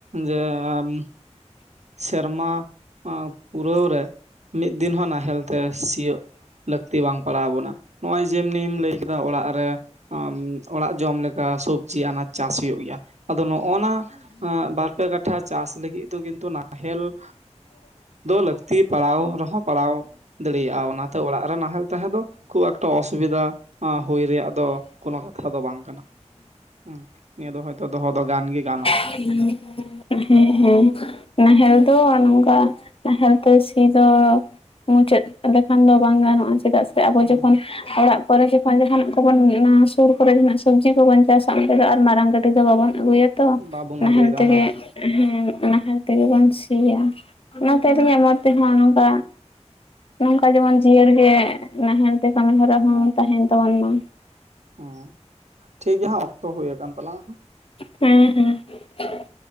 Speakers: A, on the right (about 70°); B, on the left (about 50°).
A: ᱡᱮ ᱟᱢ ᱥᱮᱨᱢᱟ ᱯᱩᱨᱟᱹᱣ ᱨᱮ ᱢᱤᱫ ᱫᱤᱱ ᱦᱚᱸ ᱱᱟᱦᱮᱞ ᱛᱮ ᱥᱤᱭᱳᱜ ᱞᱟᱹᱠᱛᱤ ᱯᱟᱲᱟᱣ ᱟᱵᱚᱱᱟ᱾ ᱱᱚᱜ-ᱚᱭ ᱡᱮ ᱱᱤᱭᱟᱹᱢ ᱞᱟᱹᱭ ᱠᱮᱫᱟ ᱚᱲᱟᱜ ᱨᱮ ᱚᱲᱟᱜ ᱡᱚᱢ ᱞᱮᱠᱟ ᱥᱚᱵᱡᱤ ᱟᱱᱟᱡ ᱪᱟᱥ ᱦᱩᱭᱩᱜ ᱜᱮᱭᱟ ᱟᱫᱚ ᱱᱚᱜ ᱱᱟ ᱵᱟᱨᱯᱮ ᱠᱟᱴᱷᱟ ᱪᱟᱥ ᱞᱟᱹᱜᱤᱫ ᱫᱚ ᱠᱤᱱᱛᱩ- ᱛᱚ, ᱱᱟᱦᱮᱞ ᱫᱚ ᱞᱟᱹᱠᱛᱤ ᱯᱟᱲᱟᱣ ᱨᱮᱦᱚᱸ ᱯᱟᱲᱟᱣ ᱫᱟᱲᱮᱭᱟᱜᱼᱟ ᱚᱱᱟᱛᱮ ᱚᱲᱟᱜ ᱨᱮ ᱱᱟᱦᱮᱞ ᱚᱱᱟ ᱫᱚ ᱠᱷᱩᱵ ᱮᱠᱴᱟ ᱚᱥᱩᱵᱤᱫᱷᱟ ᱦᱩᱭ ᱨᱮᱭᱟᱜ ᱫᱚ ᱠᱳᱱᱳ ᱠᱟᱛᱷᱟ ᱫᱚ ᱵᱟᱝ ᱠᱟᱱᱟ ᱾ ᱦᱩ ᱱᱤᱭᱟᱹ ᱫᱚ ᱦᱚᱭ ᱛᱚ ᱫᱚᱦᱚ ᱫᱚ ᱜᱟᱱ ᱜᱮ ᱜᱟᱱᱚᱜ-ᱟ
B: <unintelligible>
A: ᱾
B: ᱦᱮᱸ ᱦᱮᱸ ᱱᱟᱦᱮᱞ ᱫᱚ ᱱᱚᱝᱠᱟ ᱱᱟᱦᱮᱞ ᱛᱮ ᱥᱤ ᱫᱚ ᱢᱩᱪᱟᱹᱫ ᱞᱮᱠᱷᱟᱱ ᱫᱚ ᱵᱟᱝ ᱜᱟᱱᱚᱜ-ᱟ ᱪᱮᱫᱟᱜ ᱥᱮ ᱟᱵᱚ
A: ᱦᱩᱸ
B: ᱡᱚᱠᱷᱚᱱ ᱚᱲᱟᱜ ᱠᱚᱨᱮ ᱡᱚᱠᱷᱚᱱ ᱡᱟᱦᱟᱱᱟᱜ ᱠᱚᱵᱚᱱ ᱚᱱᱟ ᱥᱩᱨ ᱠᱚᱨᱮ ᱡᱟᱦᱱᱟᱜ ᱥᱚᱵᱽᱡᱤ ᱠᱚᱵᱚᱱ ᱪᱟᱥᱟ ᱚᱸᱰᱮ ᱫᱚ ᱟᱨ ᱢᱟᱨᱟᱝ ᱜᱟᱹᱰᱤ ᱫᱚ ᱵᱟᱵᱚᱱ ᱟᱹᱜᱩᱭᱟ ᱾ ᱛᱚ
A: ᱵᱟᱵᱚᱱ
B: ᱱᱟᱦᱮᱞ
A: ᱟᱹᱜᱩᱭᱮᱫᱟ
B: ᱛᱮᱜᱮ
A: ᱦᱟᱸᱜ
B: ᱾ ᱦᱮᱸ ᱱᱟᱦᱮᱞ ᱛᱮᱜᱮ ᱵᱚᱱ ᱥᱤᱭᱟ ᱚᱱᱟ ᱛᱮ ᱟᱹᱞᱤᱧᱟᱜ ᱢᱚᱛ ᱛᱮᱦᱚᱸ ᱱᱚᱝᱠᱟ ᱱᱚᱝᱠᱟ ᱡᱮᱢᱚᱱ ᱡᱤᱭᱟᱹᱲ ᱜᱮ ᱱᱟᱦᱮᱞ ᱛᱮ ᱠᱟᱹᱢᱤ ᱦᱚᱨᱟ ᱦᱚᱸ ᱛᱟᱦᱮᱱ ᱛᱟᱵᱚᱱ ᱢᱟ ᱾
A: ᱚ ᱴᱷᱤᱠᱜᱮᱭᱟ ᱦᱟᱜ ᱚᱠᱛᱚ ᱦᱩᱭ ᱟᱠᱟᱱ ᱛᱟᱞᱟᱝ ᱦᱟᱸᱜ
B: ᱦᱮᱸ ᱦᱮᱸ ᱾